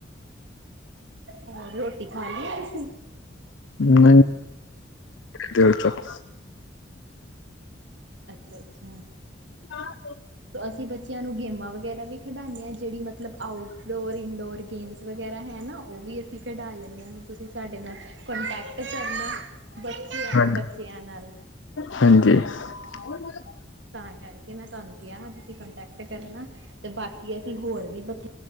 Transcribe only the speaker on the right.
ਹੋਰ ਰੋਟੀ ਖਾ ਲੀ ਏ ਤੁਸੀਂ?
ਅੱਛਾ ਅੱਛਾ।
ਹਮ। ਅਸੀਂ ਬੱਚਿਆਂ ਨੂੰ ਗੇਮਾਂ ਵਗੈਰਾ ਵੀ ਖਿਡਾਂਦੇ ਹਾਂ ਜਿਹੜੀ ਮਤਲਬ ਆਊਟਡੋਰ, ਇਨਡੋਰ ਗੇਮਸ ਵਗੈਰਾ ਹੈ ਨਾ ਉਹ ਵੀ ਅਸੀਂ ਖਿਡਾ ਲੈਂਨੇ ਹਾਂ ਤੁਸੀਂ ਸਾਡੇ ਨਾਲ ਕੋਂਟੈਕਟ ਕਰਨਾ ਬੱਚ
ਬੱਚਿਆਂ ਨਾਲ
ਤਾਂ ਕਰਕੇ ਮੈਂ ਤੁਹਾਨੂੰ ਕਿਹਾ ਤੁਸੀਂ ਕੰਟੈਕਟ ਕਰਨਾ ਤੇ ਬਾਕੀ ਅਸੀਂ ਹੋਰ ਵੀ ਬਥੇ